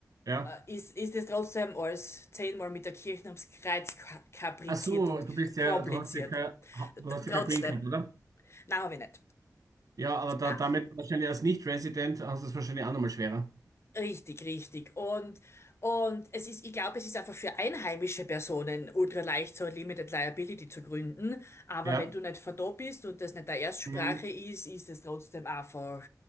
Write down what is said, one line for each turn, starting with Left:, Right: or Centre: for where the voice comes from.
Right: Ja.
Left: ist, ist es trotzdem alles zehnmal mit der Kirche ums Kreuz ka- kapriziert
Right: Ach so,
Left: und
Right: du bist
Left: kompliziert.
Right: ja, du hast ja kein, ha-
Left: T-
Right: du hast
Left: Trotzdem.
Right: ja kein Green Card, oder?
Left: Nein, habe ich nicht.
Right: Ja, aber da,
Left: Nein.
Right: damit wahrscheinlich als Nicht-Resident hast du es wahrscheinlich auch nochmal schwerer.
Left: Richtig, richtig. Und, und es ist, ich glaube, es ist einfach für einheimische Personen ultra leicht, so eine Limited Liability zu gründen. Aber
Right: Ja.
Left: wenn du nicht verdorben bist und das nicht deine Erstsprache
Right: Mhm.
Left: ist, ist es trotzdem einfach.